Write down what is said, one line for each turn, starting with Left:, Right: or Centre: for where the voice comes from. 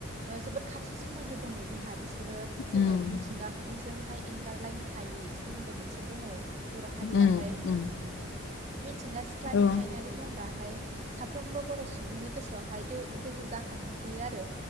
Right: ओ जोबोद खाथि सोमोन्दो दङ जोंहा बिसो रो जोङो
Left: उम
Right: मिथिंगाजोंहाय एंगारलायनो हायि सोमोन्दो मोनसे दङ। बर' हारियाहाय
Left: उम उम
Right: मिथिंगा सिख्लानि
Left: औ
Right: हायनारि महराहाय साफ्रोमबो बर' सुबुंनि गोसोआवहाय दो-दोहौ जाखाङो। होयो